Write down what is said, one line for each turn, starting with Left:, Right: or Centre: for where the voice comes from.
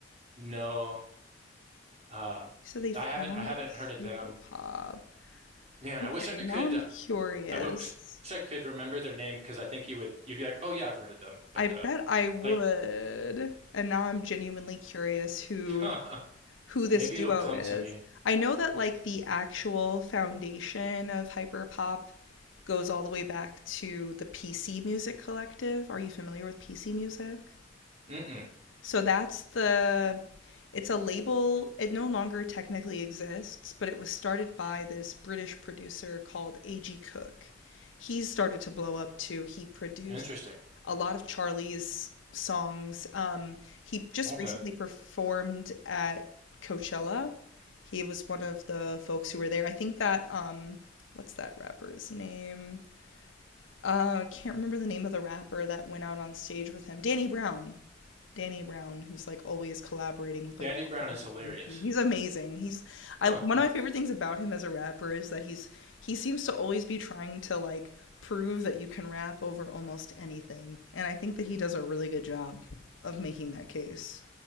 Right: No, um,
Left: You said they
Right: I
Left: founded
Right: haven't I haven't heard of
Left: Hyperpop.
Right: them. Man,
Left: Okay,
Right: I wish I could.
Left: now I'm
Right: uh,
Left: curious.
Right: I wish I could remember their name because I think you would you'd be like, oh yeah, I've heard of them. But
Left: I bet
Right: uh,
Left: I would.
Right: like
Left: And now I'm genuinely curious who
Right: <laughs>
Left: who this
Right: maybe
Left: duo
Right: it'll come
Left: is.
Right: to me.
Left: I know that like the actual foundation of hyperpop goes all the way back to the PC Music Collective. Are you familiar with PC Music?
Right: Mm-mm.
Left: So that's the it's a label. It no longer technically exists, but it was started by this British producer called A.G. Cook. He's started to blow up too. He produced
Right: Interesting.
Left: a lot of Charlie's songs. Um, he just
Right: Okay.
Left: recently performed at Coachella. He was one of the folks who were there. I think that um, what's that rapper's name? Uh, I can't remember the name of the rapper that went out on stage with him. Danny Brown. Danny Brown, who's like always collaborating with like
Right: Danny
Left: all
Right: Brown is
Left: kinds
Right: hilarious.
Left: of weird people. He's
Right: <laughs>
Left: amazing. He's I
Right: Huh,
Left: one
Right: huh.
Left: of my favorite things about him as a rapper is that he's he seems to always be trying to like prove that you can rap over almost anything. And I think that he does a really good job of making that case.